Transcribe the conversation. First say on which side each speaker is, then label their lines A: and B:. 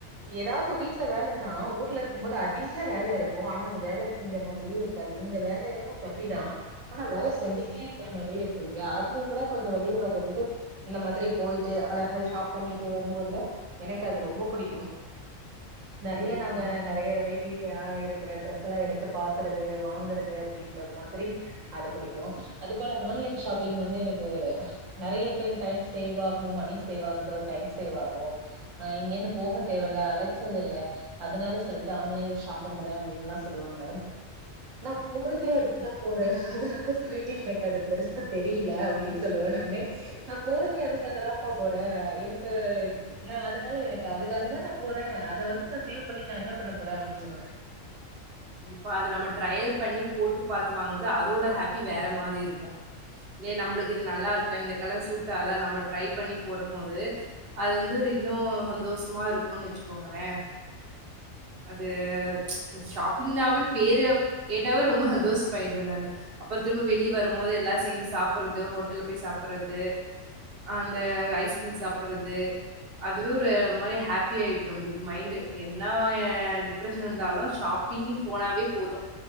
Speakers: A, on the right; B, on the right.
A: ஏதாவுது வீட்டுல வேலைன்னா ஊர்ல இருக்கு போது அதிக வேலை இருக்கு ஆனா அது வேலை செஞ்ச மாதுரியே இருக்காது இங்க வேலை என்னமோ கம்மிதா ஆனா வேலை செஞ்சுட்டே இருக்கிற மாதிரியே இருக்கு இல்லயா அதுல இருந்துலா கொஞ்ச வெளில வர்றதுக்கு இந்த மாதிரி போயிட்டு அழகா ஷாப் பண்ணிட்டு வரும்போதுல எனக்கு அது ரொம்ப புடிக்கும் நெறைய
B: கண்டிப்பா
A: நாங்க நெறைய வெரைட்டி ஆ இருக்ர டிரெஸ் எல்லா எடுத் பாக்குறது வாங்கறது அப்டின்ற மாதிரி அது புடிக்கும் அதுபோல ஆன்லைன் ஷாப்பிங் வந்து எனக்கு நெறைய பேர் டைம் சேவ் ஆகும் மணி சேவ் ஆகுதோ டைம் சேவ் ஆகும் ஹ இங்கேந்து போக தேவல அலைச்சல் இல்ல அதுனால சொல்லிட்டு ஆன்லைன்ல ஷாப் பண்றே அப்டின்லா சொல்லுவாங்க நா போறதே அதுக்குதா போறே அதுனால சொல்லிட்டு எனக்கு அது பெருசா தெரியல அப்டின்னு சொல்லுவே நானு நா போறது அதுக்கா தாப்பா போறே எனக்கு நா அதுனால எனக்கு அதுக்காக தா நா போறே அத வந்து நா சேவ் பண்ணி நா என்ன பண்ண போறேன் அப்டின்வே
B: பா அது நம்ம ட்ரயல் பண்ணி போட்டு பாத்து வாங்கறத அதோட ஹாப்பி வேற மாரி இருக்கு இதே நம்மளுக்கு இது நல்லாருக்கா இந்த கலர் சூட் ஆவுதா நம்ம ட்ரை பண்ணி போடும் போது அது வந்து இன்னு சந்தோஷமா இருக்குன்னு வச்சுக்கோங்களே அது ஷாப்பிங்னானு பேரு கேட்டாவே ரொம்ப சந்தோஷ மாயிடுவே நானு அப்ற திரும்ப வெளிய வரும் போது எல்லா சேந்து சாப்புடுறது ஹோட்டல்ல போய் சாப்புறது அந்த ஐஸ்கிரீம் சாப்றது அதுவே ஒரு மாரி ஹாப்பி ஆயிடும் நம்மளுக்கு மைண்டண்டு என்ன டிப்ரெஷன் இருந்தாலு ஷாப்பிங்னு போனாவே போது